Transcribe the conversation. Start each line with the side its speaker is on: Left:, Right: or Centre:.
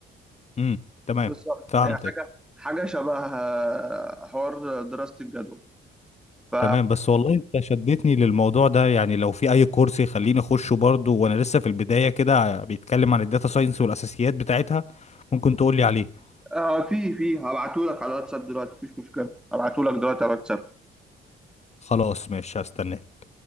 Left: امم تمام
Centre: بالظبط
Left: فهمتك
Centre: يعني حاجه حاجه شبه آه، حوار دراسه الجدول ف
Left: تمام بس والله انت شدتني للموضوع ده يعني لو في اي كورس يخليني اخشه برضه وانا لسه في البدايه كده بيتكلم عن الداتا ساينس والاساسيات بتاعتها ممكن تقولي عليه
Centre: آه، في في هبعته لك على الواتساب دلوقتي مفيش مشكله هبعته لك دلوقتي على الواتساب
Left: خلاص ماشي هستناك